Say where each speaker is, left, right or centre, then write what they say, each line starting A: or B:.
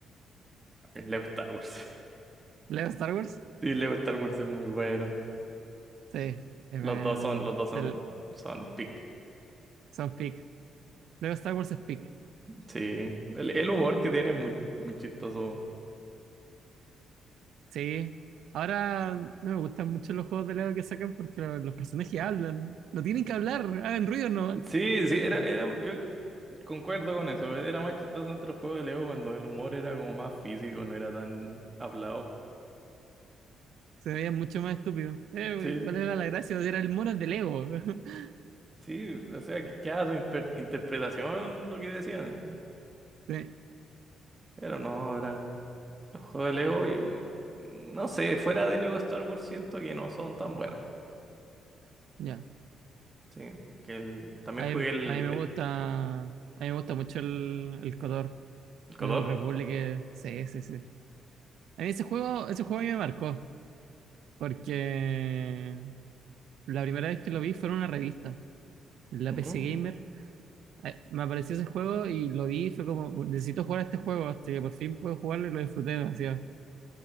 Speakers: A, on the right; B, on the right.
A: El Lego Star Wars.
B: ¿Lego Star Wars?
A: <laughs> Sí, el Lego Star Wars es muy bueno.
B: Sí, es
A: Los
B: bacán
A: dos
B: el,
A: son, los dos son,
B: el
A: son pick.
B: son pick. Lego Star Wars es pick.
A: Sí, el, el humor que tiene es muy, muy chistoso.
B: Sí. Ahora no me gustan mucho los juegos de Lego que sacan porque lo- los personajes hablan. No tienen que hablar, hagan ruido nomás.
A: Sí, sí, era, era, yo concuerdo con eso. Era más chistoso antes los juegos de Lego cuando el humor era como más físico, no era tan hablado.
B: Se veían mucho más estúpidos. Eh,
A: Sí.
B: güey, ¿cuál era la gracia? Era el mono de Lego. <laughs>
A: Sí, o sea, que queda tu inter- interpretación lo que decían.
B: Sí,
A: Pero no, ahora los juegos de Lego, y, no sé, fuera de Lego Star Wars siento que no son tan buenos.
B: ya.
A: Sí, que el, también
B: A
A: jugué
B: mí,
A: el,
B: a mí me
A: el,
B: gusta. A mí me gusta mucho el, el Cotor,
A: el KOTOR.
B: el Republic. eh, Sí, sí, sí. A mí ese juego, ese juego a mí me marcó. Porque la primera vez que lo vi fue en una revista, la
A: Ujú.
B: PC Gamer. eh, me apareció ese juego y lo vi y fue como, necesito jugar este juego, hasta que por fin puedo jugarlo y lo disfruté demasiado.